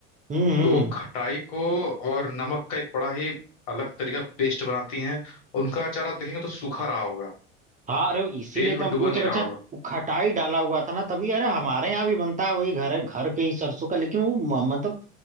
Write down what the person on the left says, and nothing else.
तो वो खटाई को और नमक का एक बड़ा ही अलग तरीका पेस्ट बनाती हैं उनका अचार आप देखेंगे तो सूखा रहा होगा
तेल
में
डूबा
नहीं
रहा
होगा